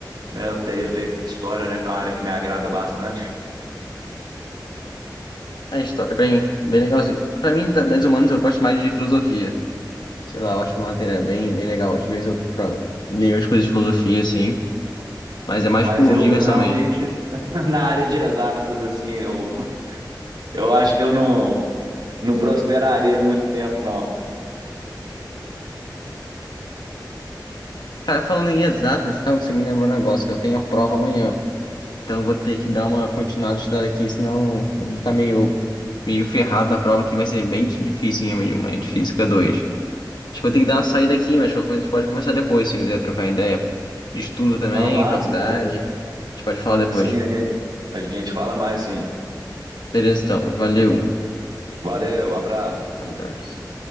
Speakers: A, on the right (about 85°); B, on the left (about 75°).
A: né? Eu teria feito história, né? Que é uma área que me agrada bastante.
B: É a história é bem, bem legalzinha. Pra mim, da- das humanas, eu gosto mais de filosofia. Sei lá, eu acho que uma matéria bem, bem legal. Às vezes eu tra- leio umas coisas de filosofia, assim, mas é mais
A: Mas
B: por
A: eu,
B: diversão
A: eu realmente,
B: mesmo.
A: <laughs> na área de exatas, assim, eu, eu acho que eu não, não prosperaria muito tempo, não.
B: Cara, falando em exatas e tal, você me lembrou um negócio, que eu tenho a prova amanhã. Então eu vou ter que dar uma continuada de estudar aqui, senão eu vou ficar meio, meio ferrado na prova, que vai ser bem difícil, hein, uma de física 2. Acho que vou ter que dar uma saída aqui, mas qualquer coisa a gente pode conversar depois, se quiser trocar ideia de estudo também,
A: Não, massa,
B: faculdade.
A: pô.
B: A gente pode falar depois.
A: Sim, a gente, a gente fala mais, sim.
B: Beleza, então. Valeu.
A: Valeu, abraço.
B: Um abraço.